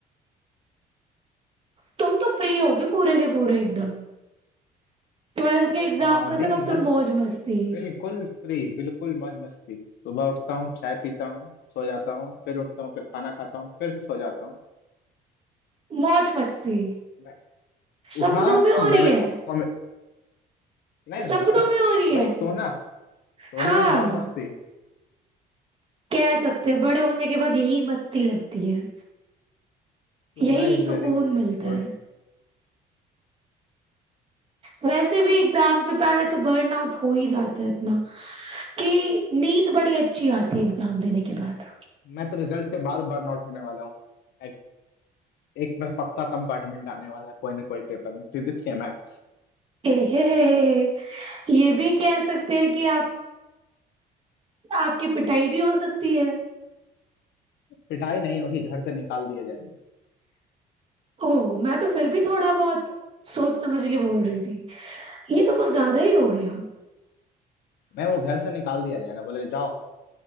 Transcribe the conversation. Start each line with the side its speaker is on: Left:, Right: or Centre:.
Right: तुम तो फ्री होगे पूरे के पूरे एकदम ट्वेल्थ के एग्जाम
Left: हाँ
Right: खत्म
Left: दिन
Right: अब
Left: भर
Right: तो मौज मस्ती
Left: बिल्कुल फ्री बिल्कुल मौज मस्ती सुबह उठता हूँ चाय पीता हूँ सो जाता हूँ फिर उठता हूँ फिर खाना खाता हूँ फिर सो जाता हूँ
Right: मौज मस्ती
Left: मैं
Right: सपनों
Left: उठा
Right: में हो रही
Left: मैंने
Right: है
Left: कॉमे- नहीं
Right: सपनों
Left: सस,
Right: में हो रही है
Left: वही सोना सोना
Right: हाँ
Left: इज मौज मस्ती
Right: कह सकते हैं बड़े होने के बाद यही मस्ती लगती है
Left: सोना
Right: यही
Left: इज
Right: सुकून
Left: वेरी
Right: मिलता
Left: गुड
Right: है वैसे भी एग्जाम से पहले तो आउट हो ही जाता है इतना कि नींद बड़ी अच्छी आती है एग्जाम देने के बाद
Left: मैं तो रिजल्ट के बाद बर्नआउट होने वाला हूँ एक, एक मैं पक्का कंपार्टमेंट आने वाला है कोई ना कोई पेपर में फिजिक्स या मैथ्स
Right: एहे, ये भी कह सकते हैं कि आप आपकी पिटाई भी हो सकती है
Left: पिटाई नहीं होगी घर से निकाल दिए जाएंगे
Right: ओह मैं तो फिर भी थोड़ा बहुत सोच समझ के बोल रही थी ये तो कुछ ज्यादा ही हो गया
Left: नहीं वो घर से निकाल दिया जाएगा बोले जाओ